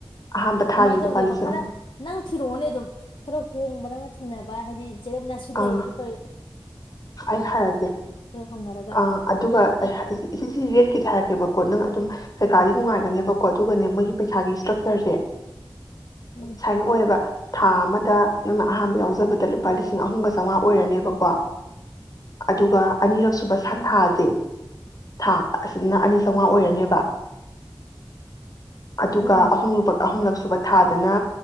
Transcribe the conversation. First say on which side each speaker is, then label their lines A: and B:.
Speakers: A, on the left; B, on the left.
A: ꯑꯍꯥꯝꯕ ꯊꯥꯒꯤ
B: ꯀꯃꯥꯏꯅ ꯇꯧꯒꯦꯕ
A: ꯂꯨꯄꯥ ꯂꯤꯁꯤꯡ
B: ꯈꯔ
A: ꯑꯍꯨꯝ
B: ꯅꯪ ꯊꯤꯔꯛꯑꯣꯅꯦ ꯑꯗꯨꯝ ꯈꯔ ꯍꯣꯡꯕ ꯅꯪ ꯊꯤꯡꯅꯕ ꯍꯥꯏꯗꯤ ꯆꯝꯅꯁꯨ
A: ꯑꯥ
B: ꯂꯩꯌꯦ ꯑꯗꯨ ꯇꯧ
A: ꯑꯩ ꯍꯥꯏꯔꯒꯦ
B: ꯍꯧꯅꯔꯒ
A: ꯑ ꯑꯗꯨꯒ
B: ꯍꯥꯏꯗꯤ
A: ꯁꯤ ꯔꯦꯠꯀꯤ ꯍꯥꯏꯔꯛꯀꯦꯕꯀꯣ ꯅꯪ ꯑꯗꯨꯝ ꯀꯩꯀꯥꯗꯤ
B: ꯎꯝ
A: ꯅꯨꯡꯉꯥꯏꯒꯅꯦꯕꯀꯣ ꯑꯗꯨꯒꯅꯦ ꯃꯣꯏꯒꯤ ꯄꯩꯁꯥꯒꯤ ꯏꯁꯇ꯭ꯔꯛꯆꯔꯁꯦ
B: ꯎꯝ
A: ꯁꯨꯃꯥꯏꯅ ꯑꯣꯏꯌꯦꯕ ꯊꯥ ꯑꯃꯗ ꯅꯪꯅ ꯑꯍꯥꯟꯕ ꯌꯥꯎꯖꯕꯗ ꯂꯨꯄꯥ ꯂꯤꯁꯤꯡ ꯑꯍꯨꯝꯒ ꯆꯥꯝꯃꯉꯥ ꯑꯣꯏꯔꯅꯦꯕꯀꯣ ꯑꯗꯨꯒ ꯑꯅꯤꯔꯛ ꯁꯨꯕ ꯁꯥꯊꯥꯁꯦ
B: ꯎꯝ
A: ꯊꯥ ꯑꯁꯤꯅ ꯑꯅꯤ ꯆꯥꯝꯃꯉꯥ ꯑꯣꯏꯔꯅꯦꯕ ꯑꯗꯨꯒ
B: ꯎꯝ
A: ꯑꯍꯨꯝꯔꯨꯕ ꯑꯍꯨꯝꯂꯛ ꯁꯨꯕ ꯊꯥꯗꯅ